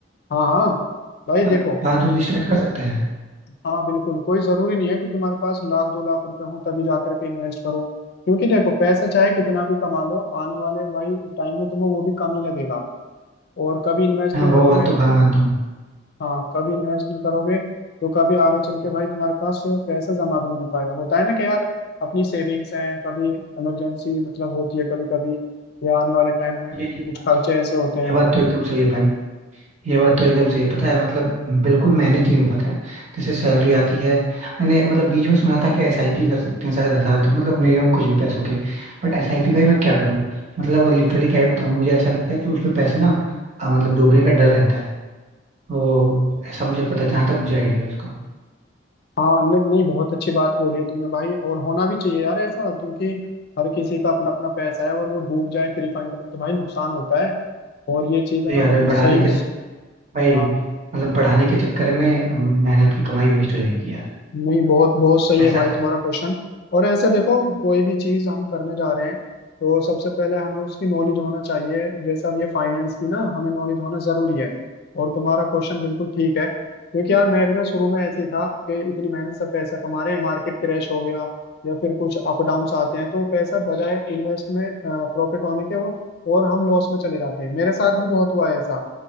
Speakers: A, on the left; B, on the right.
A: हाँ हाँ भाई
B: पाँच
A: देखो
B: सौ से स्टार्ट कर सकते हैं
A: हाँ बिल्कुल कोई जरूरी नहीं है कि तुम्हारे पास लाख दो लाख रुपए हो तभी जा करके इन्वेस्ट करो क्योंकि देखो पैसा चाहे कितना भी कमा लो आने वाले भाई टाइम में तुम्हें वो भी कम ही लगेगा और कभी इन्वेस्ट
B: हाँ
A: नहीं
B: वो
A: करोगे
B: बात तो भाग आता हूँ
A: हाँ कभी इन्वेस्ट नहीं करोगे तो कभी आगे चल के भाई तुम्हारे पास पैसा जमा भी नहीं हो पाए होता है ना कि यार अपनी सेविंग्स हैं कभी इमरजेंसी मतलब होती है कभी कभी या आने वाले टाइम में
B: ये
A: कुछ
B: ये बात
A: खर्चे
B: तो
A: ऐसे होते हैं
B: ये बात तो एकदम सही है भाई ये बात तो एकदम सही है पता है मतलब बिल्कुल मैनेज नहीं हो पाता है जैसे सैलरी आती है मैंने मतलब बीच में सुना था कि एसआईपी कर सकते हैं शायद हजार तक, मतलब मिनिमम कुछ भी पैसों के बट एसआईपी भाई मैं क्या करूँ मतलब लिटरली क्या ही बताऊँ मुझे ऐसा लगता है कि उसमें पैसे ना अ, मतलब डूबने का डर रहता है वो ऐसा मुझे पता जहां तक मुझे आइडिया है उसका
A: हाँ नहीं नहीं, बहुत अच्छी बात बोली है तुमने भाई और होना भी चाहिए यार ऐसा क्योंकि हर किसी का अपना अपना पैसा है और वो डूब जाए फ्री फंड में तो भाई नुकसान होता है और ये चीज
B: तो
A: है
B: यार
A: ना बहुत
B: बढ़ाने
A: सही
B: के भाई
A: हाँ
B: मतलब बढ़ाने के चक्कर में अम, मेहनत की कमाई वेस्ट हो जाएगी यार
A: नहीं बहुत बहुत सही
B: मैं
A: है
B: ऐसा
A: भाई
B: नहीं
A: तुम्हारा
B: चाहता
A: क्वेश्चन और ऐसे देखो कोई भी चीज हम करने जा रहे हैं तो सबसे पहले हमें उसकी नॉलेज होना चाहिए जैसे अब ये फाइनेंस की ना हमें नॉलेज होना जरूरी है और तुम्हारा क्वेश्चन बिल्कुल ठीक है क्योंकि यार मैं भी ना शुरू में ऐसे ही था कि इतनी मेहनत से पैसा कमा रहे हैं मार्केट क्रैश हो गया या फिर कुछ अप डाउन्स आते हैं तो पैसा बजाय इन्वेस्ट में प्रॉफिट होने के वो और हम लॉस में चले जाते हैं मेरे साथ भी बहुत हुआ है ऐसा